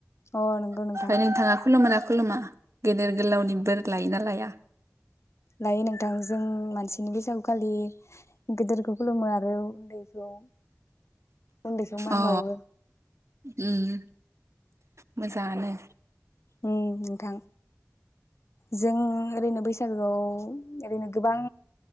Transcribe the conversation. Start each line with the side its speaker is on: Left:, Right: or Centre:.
Left: अ नोंगौ नोंथां।
Right: ओमफ्राय नोंथाङा खुलुमोना खुलुमा गेदेर गोलावनि बोर लायो ना लाया?
Left: लायो नोंथां जों मानसि बिनि बैसागु खालि गिदिरखौ खुलुमो आरो उन्दैखौ उन्दैखौ मान
Right: अ
Left: बावो
Right: उम मोजाङानो।
Left: उम नोंथां जों ओरैनो बैसागोआव ओरैनो गोबां